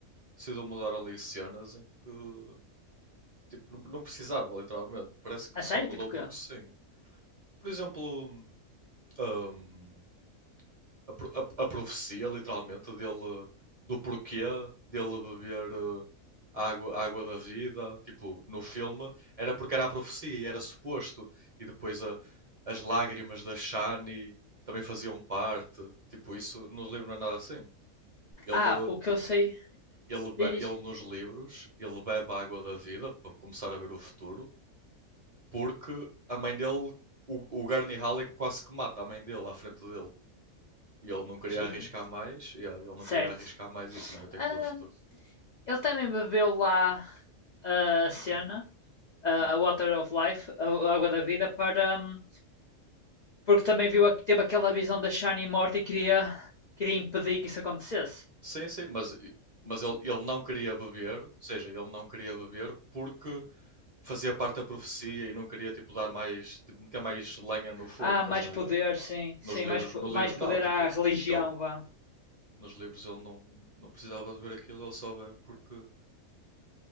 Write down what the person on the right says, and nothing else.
decidiu mudar ali cenas em que tipo, não, não precisava, literalmente. Parece que
só mudou
porque
sim. Por exemplo, hum, a, pro- a- a profecia, literalmente, dele, do porquê dele beber eh, a água, a água da vida, tipo, no filme, era porque era a profecia e era suposto. E depois a- as lágrimas da Shani também faziam parte. Tipo, isso no livro não é nada assim. Ele,
ele, be-
ele nos livros, ele bebe a água da vida para começar a ver o futuro, porque a mãe dele, o, o Gurney Halleck quase que mata a mãe dele à frente dele. E ele não queria
arriscar mais, yeah, ele não
queria arriscar mais isso, não, eu tenho
que ver o futuro.
<clears throat>
Hum.
Sim, sim, mas, mas ele, ele não queria beber, ou seja, ele não queria beber porque fazia parte da profecia e não queria, tipo, dar mais, tipo, meter mais lenha no fogo,
estás
a ver?
Nos livros,
nos
livros
não, tipo,
ele,
nos livros ele não, não precisava de ver aquilo, ele só vê porque,